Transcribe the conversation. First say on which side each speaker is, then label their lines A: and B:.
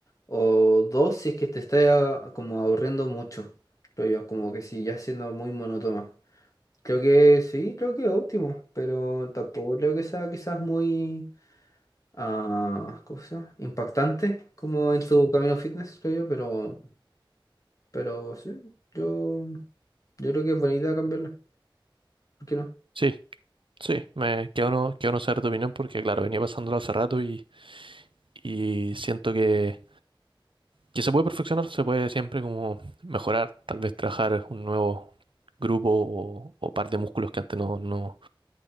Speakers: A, on the left; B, on the right.
A: O dos, si es que te está ah, como aburriendo mucho, creo yo, como que si ya siendo muy monótona. Creo que sí, creo que es óptimo, pero tampoco creo que sea quizás muy, ah, ¿cómo se llama? Impactante como en tu camino fitness, creo yo, pero pero sí, yo, yo creo que es buena idea cambiarla. ¿Por qué no?
B: sí, sí, me quedo no, quedo no saber tu opinión porque, claro, venía pasándolo hace rato y, y siento que que se puede perfeccionar, se puede siempre como mejorar, tal vez trabajar un nuevo grupo o, o par de músculos que antes no, no,